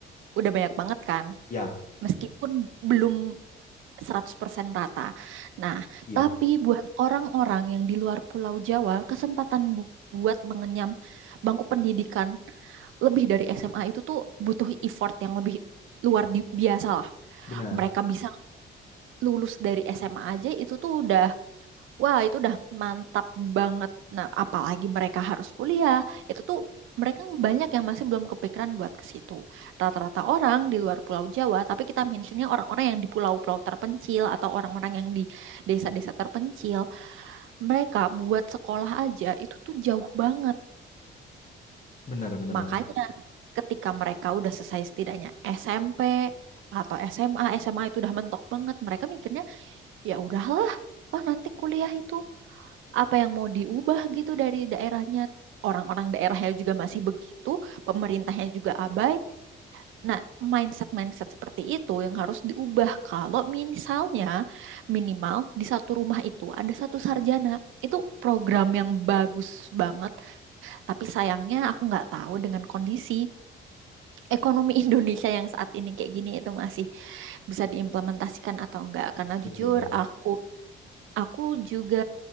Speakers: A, on the right; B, on the left.
A: udah banyak banget kan
B: Ya,
A: meskipun belum 100% merata. Nah,
B: iya,
A: tapi buat orang-orang yang di luar Pulau Jawa, kesempatan bu- buat mengenyam bangku pendidikan lebih dari SMA itu tuh butuh effort yang lebih luar di- biasa lah.
B: benar.
A: Mereka bisa lulus dari SMA aja itu tuh udah Wah, itu udah mantap banget. Nah, apalagi mereka harus kuliah. Itu tuh mereka banyak yang masih belum kepikiran buat ke situ. Rata-rata orang di luar Pulau Jawa, tapi kita mentionnya orang-orang yang di pulau-pulau terpencil atau orang-orang yang di desa-desa terpencil, mereka buat sekolah aja itu tuh jauh banget.
B: Benar, benar
A: Makanya
B: banget.
A: ketika mereka udah selesai setidaknya SMP atau SMA, SMA itu udah mentok banget. Mereka mikirnya, ya udahlah, toh nanti kuliah itu. apa yang mau diubah gitu dari daerahnya orang-orang daerahnya juga masih begitu pemerintahnya juga abai nah mindset-mindset seperti itu yang harus diubah kalau misalnya minimal di satu rumah itu ada satu sarjana itu program yang bagus banget tapi sayangnya aku nggak tahu dengan kondisi ekonomi <laughs> Indonesia yang saat ini kayak gini itu masih bisa diimplementasikan atau enggak karena
B: Betul.
A: jujur aku aku juga